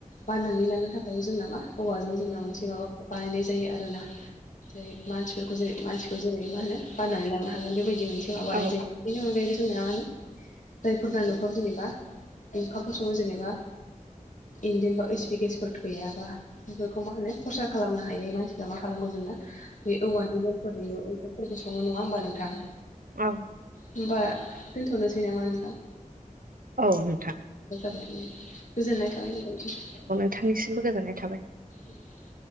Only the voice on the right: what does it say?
औ
औ।
औ नोंथां
बिथांनिसिमबो गोजोननाय थाबाय।